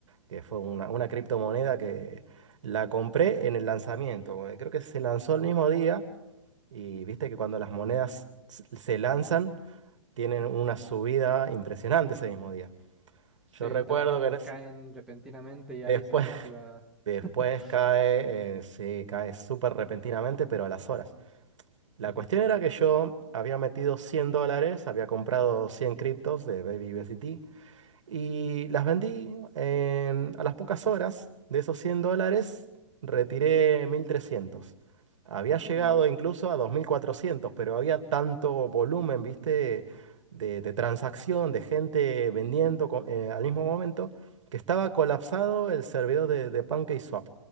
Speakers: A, on the right; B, in the centre.
A: que fue una, una criptomoneda que la compré en el lanzamiento. eh, Creo que se lanzó el mismo día. Y viste que cuando las monedas s- se lanzan, tienen
B: Ujú.
A: una subida impresionante ese mismo día.
B: Sí,
A: Yo recuerdo
B: también
A: que en es-
B: caen repentinamente y ahí
A: después,
B: se ve si va.
A: <laughs> después
B: <laughs>
A: cae, eh, sí, cae súper repentinamente, pero a las horas. La
B: Ujú.
A: cuestión era que yo había metido 100 dólares, había comprado 100 criptos de Baby BST Y las vendí en- a las pocas horas de esos 100 dólares, retiré mil trescientos Había llegado
B: Uy, uy, uy.
A: incluso a dos mil cuatrocientos pero había tanto volumen, viste, de, de transacción, de gente vendiendo co- eh, al mismo momento, que estaba colapsado el servidor de, de PancakeSwap.